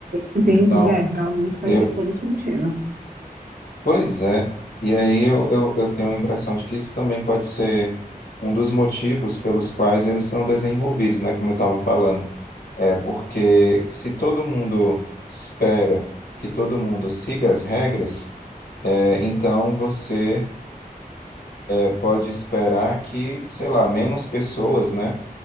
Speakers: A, on the right (about 60°); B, on the left (about 80°).
A: entendi.
B: Então,
A: É, realmente faz
B: eu,
A: ser todo sentido.
B: Pois é, e aí eu, eu, eu tenho a impressão de que isso também pode ser um dos motivos pelos quais eles são desenvolvidos, né? Como eu estava falando. É porque se todo mundo espera que todo mundo siga as regras, é, então você é, pode esperar que, sei lá, menos pessoas, né?